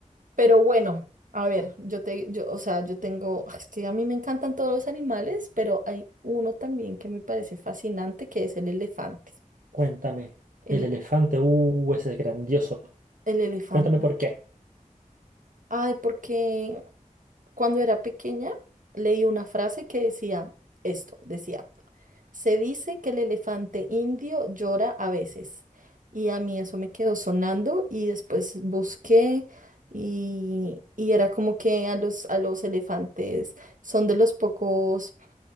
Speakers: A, on the right; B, on the right.
A: Pero bueno, a ver, yo te, yo, o sea, yo tengo, es que a mí me encantan todos los animales, pero hay uno también que me parece fascinante, que es el elefante.
B: Cuéntame,
A: El,
B: el elefante, uh, ese es grandioso.
A: el elefante.
B: Cuéntame por qué.
A: Ay, porque cuando era pequeña leí una frase que decía esto, decía, se dice que el elefante indio llora a veces. Y a mí eso me quedó sonando y después busqué y, y era como que a los, a los elefantes son de los pocos